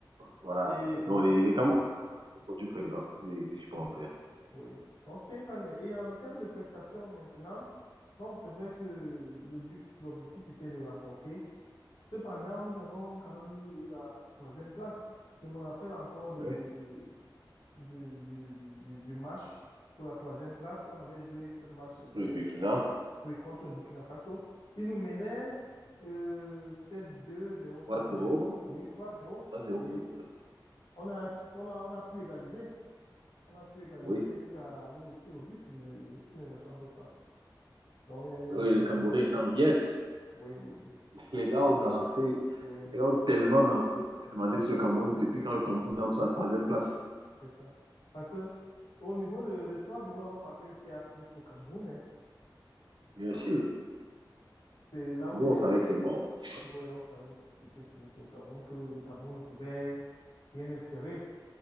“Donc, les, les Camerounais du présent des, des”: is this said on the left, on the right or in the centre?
Right